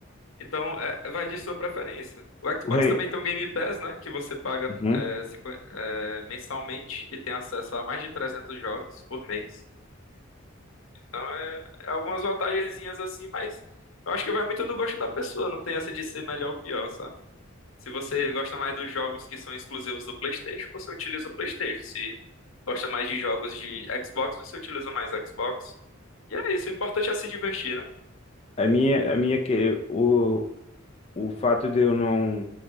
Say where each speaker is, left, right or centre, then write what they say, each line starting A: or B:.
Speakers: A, on the left (about 80°); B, on the left (about 30°).
A: Então, é, vai de sua preferência. O Xbox
B: O rei,
A: também tem o Game Pass, né? Que você paga
B: uhum.
A: é, 50 é, mensalmente e tem acesso a mais de 300 jogos por mês. Então, é, é algumas vantagenzinhas assim, mas eu acho que vai muito do gosto da pessoa. Não tem essa de ser melhor ou pior, sabe? Se você gosta mais dos jogos que são exclusivos do PlayStation, você utiliza o PlayStation. Se gosta mais de jogos de Xbox, você utiliza mais Xbox. E é isso, o importante é se divertir, né?
B: A minha, a minha que o o fato de eu não